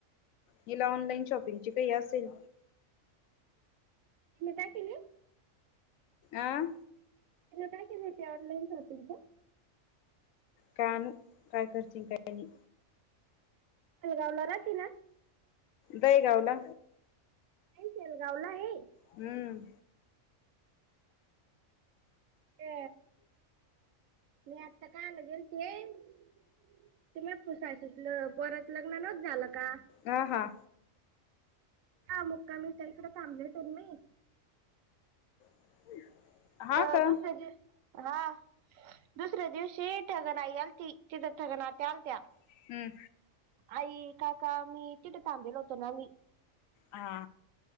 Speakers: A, on the left (about 85°); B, on the right (about 80°).
A: हिला ऑनलाईन शॉपिंगची काही असेल
B: तिनं काय केलं?
A: आह
B: तिनं काय केलंय ऑनलाईन सर्च तुमचं
A: कान काय कररीचीं कायनी
B: आलगाव ला राहती ना
A: दहीगाव ला
B: नाही सालगाव ला आहे
A: हम्म
B: अ मी आता काय आलं गेल ते ते मी पुुसायचसल परत लग्न रद्द झालं का?
A: हा हा
B: हा मुक्कामी ताईकड थांबले तर मी
A: <inaudible>
B: तर
A: का
B: दुसऱ्या जे हा दुसऱ्या दिवशी ठगण आई आलती तिथ ठगण आत्या आलत्या
A: हम्म
B: आई काय का आमि तिथ थांबेलल होत ना आंम्ही
A: हा